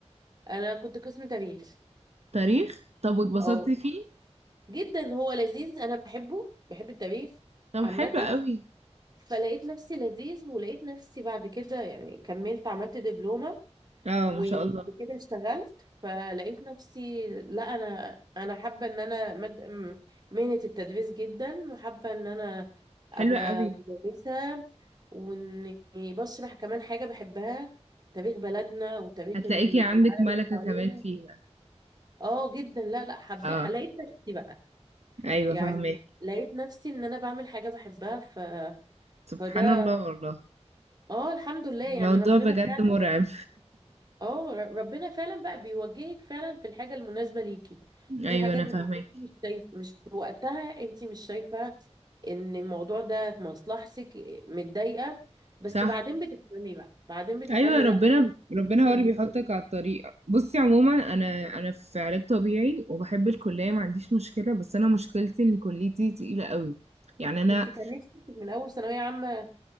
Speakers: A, on the right (about 35°); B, on the right (about 65°).
A: انا كنت قسم تاريخ
B: تاريخ طب واتبسطتي
A: اه
B: فيه
A: جدا هو لذيذ انا بحبه بحب التاريخ
B: طب
A: عامه
B: حلو قوي
A: فلقيت نفسي لذيذ ولقيت نفسي بعد كده يعني كملت عملت دبلومة
B: اه
A: وبعد
B: ما شاء الله
A: كده اشتغلت فلقيت نفسي لا انا انا حابة ان انا مد... م- مهنة التدريس جدا وحابة ان انا ابقى
B: حلو قوي
A: مدرسة واني بشرح كمان حاجة بحبها تاريخ بلدنا وتاريخ
B: هتلاقيكي
A: ال-
B: عندك
A: العالم
B: ملكة
A: اللي حوالينا
B: كمان فيها
A: اه جدا لا لا حبيت
B: اه
A: لقيت نفسي بقى
B: ايوه
A: يعني
B: فهماك
A: لقيت نفسي ان انا بعمل حاجة بحبها ف
B: سبحان
A: فده
B: الله والله
A: اه الحمد لله
B: الموضوع
A: يعني ربنا
B: بجد
A: فعلا
B: مرعب
A: اه ر- ربنا فعلا بقى بيوجهك فعلا في الحاجة المناسبة ليكي
B: <laughs>
A: في
B: ايوه
A: حاجات
B: انا
A: بتبقي
B: فهماك
A: انتي مش شايف مش في وقتها انت مش شايفة ان الموضوع ده في مصلحتك متضايقة بس
B: صح
A: بعدين بتفهمي بقى بعدين بتفهمي
B: ايوه ربنا
A: لا ده مش
B: ربنا
A: مناسب
B: هو اللي
A: ليكي
B: بيحطك على الطريق بصي عموما انا انا في علاج طبيعي وبحب الكليه ما عنديش مشكله بس انا مشكلتي ان كليتي تقيله قوي يعني انا
A: انت كان نفسك من اول ثانوية عامة